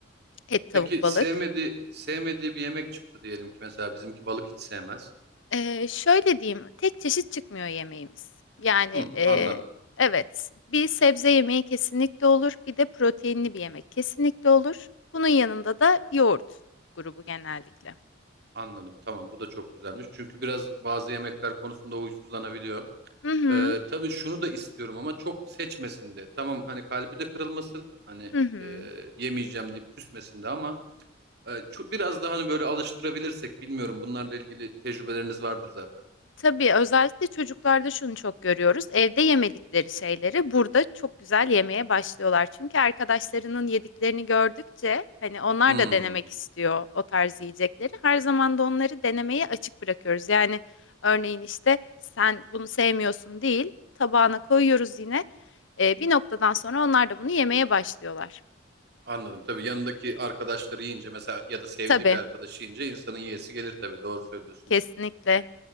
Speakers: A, on the left; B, on the right.
A: Et, tavuk,
B: Peki
A: balık.
B: sevmediği sevmediği bir yemek çıktı diyelim ki mesela bizimki balık hiç sevmez.
A: Ee, şöyle diyeyim, tek çeşit çıkmıyor yemeğimiz. Yani
B: Hı,
A: e,
B: anladım.
A: evet, bir sebze yemeği kesinlikle olur, bir de proteinli bir yemek kesinlikle olur. Bunun yanında da yoğurt grubu genellikle.
B: Anladım. Tamam bu da çok güzelmiş. Çünkü biraz bazı yemekler konusunda huysuzlanabiliyor.
A: Hı hı,
B: Ee, tabii şunu da istiyorum ama çok seçmesin de. Tamam hani kalbi de kırılmasın. Hani
A: hı hı.
B: e, yemeyeceğim deyip küsmesin de ama e, ço- biraz daha hani böyle alıştırabilirsek bilmiyorum bunlarla ilgili tecrübeleriniz vardır zaten.
A: Tabii özellikle çocuklarda şunu çok görüyoruz. Evde yemedikleri şeyleri burada çok güzel yemeye başlıyorlar. Çünkü arkadaşlarının yediklerini gördükçe hani onlar
B: Hmm.
A: da denemek istiyor o tarz yiyecekleri. Her zaman da onları denemeye açık bırakıyoruz. Yani örneğin işte sen bunu sevmiyorsun değil, tabağına koyuyoruz yine. Ee, bir noktadan sonra onlar da bunu yemeye başlıyorlar.
B: Anladım. Tabii yanındaki arkadaşları yiyince mesela ya da sevdiği
A: Tabii,
B: bir arkadaşı yiyince insanın yiyesi gelir tabii. Doğru söylüyorsunuz.
A: kesinlikle.